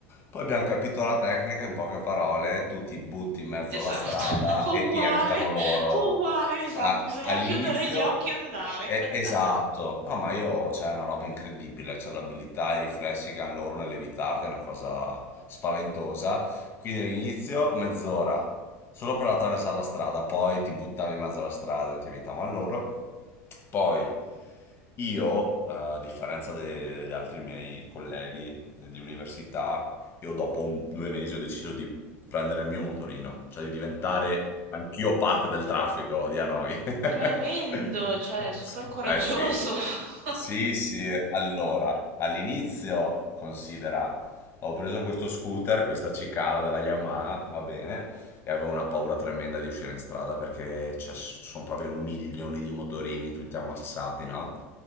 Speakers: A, on the left (about 30°); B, on the right (about 75°).
A: Poi abbiamo capito la tecnica, in poche parole, tu ti butti in mezzo
B: Esatto,
A: alla strada
B: <laughs> uguale,
A: e ti evitano loro.
B: uguale, esatto,
A: A-
B: bisogna
A: all'inizio,
B: chiudere gli occhi e andare.
A: e-
B: <laughs>
A: esatto, no, ma io c'è una roba incredibile, c'è l'abilità e i riflessi che hanno loro nell'evitarti, è una cosa spaventosa. Quindi all'inizio mezz'ora, solo per attraversare la strada, poi ti buttavi in mezzo alla strada e ti evitavano loro. Poi io, eh, a differenza de- degli altri miei colleghi di università, io dopo un- due mesi ho deciso di prendere il mio motorino, cioè di diventare anch'io parte del traffico di Hanoi. <laughs>
B: Tremendo, cioè, super coraggioso.
A: Eh sì.
B: <laughs>
A: Sì, sì, allora, all'inizio considera, ho preso questo scooter, questa cicala della Yamaha, va bene, e avevo una paura tremenda di uscire in strada perché cioè, sono proprio milioni di motorini tutti ammassati, no?